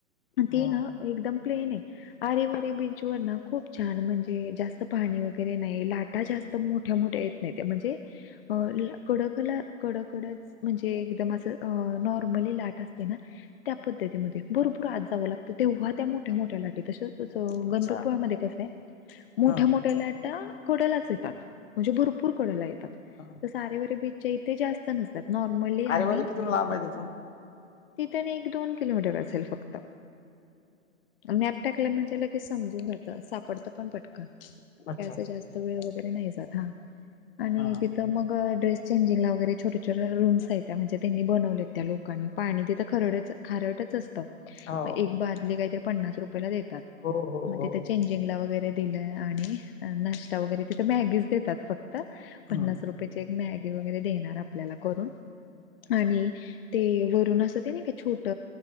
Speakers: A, on the left; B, on the left.
A: हा
B: ती ना एकदम प्लेन आहे, आरे वारे बीच वर ना खूप छान म्हणजे जास्त पाणी वगैरे नाही, लाटा जास्त मोठ्या मोठ्या येत नाही त्या म्हणजे कडकला कडकडचं म्हणजे एकदम असं नॉर्मली लाट असते ना, त्या पद्धती मध्ये भरपुर आत जावं लागत तेव्हा, त्या मोठ्या मोठ्या लाट तसचं
A: अच्छा
B: गणपतपुळा मध्ये कसंय? मोठ्या
A: हा
B: मोठ्या लाटा कडलाच येतात, म्हणजे भरपूर कडला येतात
A: हा
B: तसं आरे वारे बीच- -च्या इथे जास्त नसतात, नॉर्मली आणि
A: अरे वारे किथून लांब आहे तिथून
B: तिथं आणि एक, दोन किलोमीटर असेल फक्त. मॅप टाकला म्हणजे लगेच समजून जात सापडत पण पटकन. काय
A: अच्छा
B: असं जास्त वेळ वगैरे नाही जात हा आणि
A: हा
B: तिथं मग ड्रेस चेंजिंग ला वगैरे छोटे छोटे रूम्स आहेत त्या म्हणजे त्यांनी बनवले त्या लोकानी पाणी तिथं खरडच खा -रटच सत.
A: हो
B: एक बादली काय तर पन्नास रुपये ला देतात.
A: हो हो
B: मग
A: हो
B: तिथं चेजिंग ला दिलं आणि नाश्ता वगैरे तिथं मॅगीज देतात फक्त पन्नास
A: हम्म
B: रुपयाची एक मॅगी वगैरे देणार आपल्याला करून. आणि ते वरून असं ते नाही का छोट